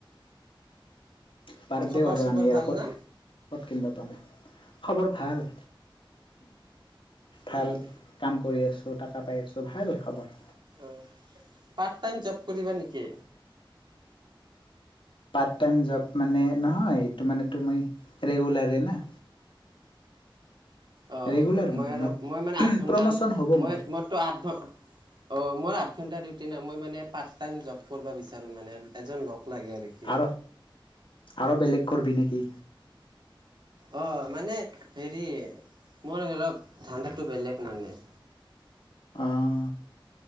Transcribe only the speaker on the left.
পাৰব
দেও আৰু
আমি
আৰু ক'ত
ক'ত কিনিব পাম, খাবৰ ভাল ভাল।
কাম কৰি আছোঁ টকা পাই আছোঁ ভাল খবৰ।
পাৰ্ট টাইম জ'ব মানে নহয় এইটো মানে তুমি ৰেগুলাৰেই না।
ৰেগুলাৰ
মোৰ
প্ৰমোচন হ'ব মোৰ
আৰু আৰু বেলেগ কৰবি নেকি?
অঁ